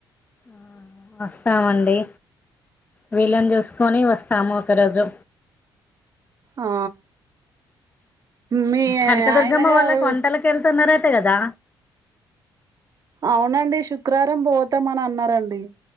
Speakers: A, on the left; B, on the right.
A: ఆ వస్తామండి వీలం చూసుకొని వస్తాము ఒకరోజు
B: ఆ మీ
A: కనకదుర్గమ్మ
B: ఆయన గారు
A: వాళ్ళకి వంటలకి వెళ్తున్నారట కదా
B: అవునండి శుక్రవారం పోతామని అన్నరండి